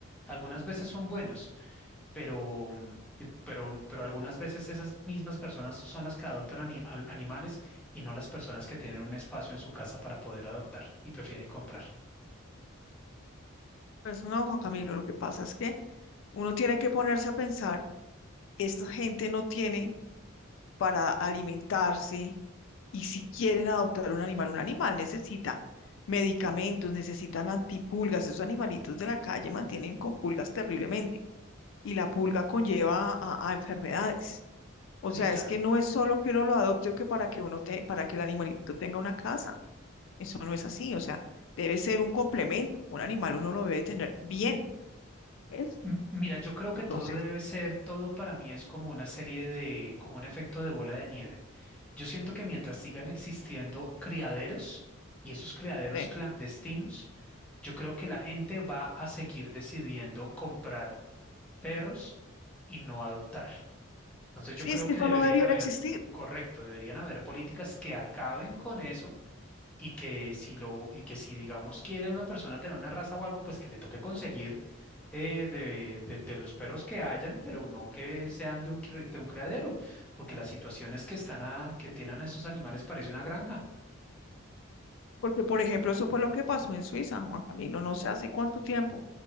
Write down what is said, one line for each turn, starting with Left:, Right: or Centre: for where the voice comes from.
Centre: algunas veces son buenos, pero, mm, y- pero, pero algunas veces esas mismas personas son las que adoptan ani- al- animales y no las personas que tienen un espacio en su casa para poder adoptar y prefieren comprar.
Left: persona Juan Camilo, lo que pasa es que uno tiene que ponerse a pensar esta gente no tiene para alimentarse y si quieren adoptar un animal, un animal necesita medicamentos, necesitan antipulgas, esos animalitos de la calle mantienen con pulgas terriblemente y la pulga conlleva a, a enfermedades. O
Centre: Sí,
Left: sea,
Centre: claro.
Left: es que no es solo que uno lo adopte o que para que uno te- para que el animalito tenga una casa. Eso no es así. O sea, debe ser un complemento. Un animal uno lo debe tener bien, ¿ves?
Centre: M- Mira, yo creo que
Left: Entonces,
Centre: todo debe ser, todo para mí es como una serie de, como un efecto de bola de nieve. Yo siento que mientras sigan existiendo criaderos y esos criaderos
Left: eh,
Centre: clandestinos, yo creo que la gente va a seguir decidiendo comprar perros y no adoptar. Entonces
Left: sí,
Centre: yo creo
Left: es que
Centre: que
Left: eso
Centre: deberían
Left: no debiera
Centre: haber,
Left: existir.
Centre: correcto, deberían haber políticas que acaben con eso y que si lo, y que si digamos quiere una persona tener una raza o algo, pues que le toque conseguir eh, de, de- de los perros que hayan, pero no que sean de un, cri- de un criadero, porque las situaciones que están a, que tienen a esos animales parece una granja.
Left: Porque, por ejemplo, eso fue lo que pasó en Suiza, Juan Camilo, no sé hace cuánto tiempo,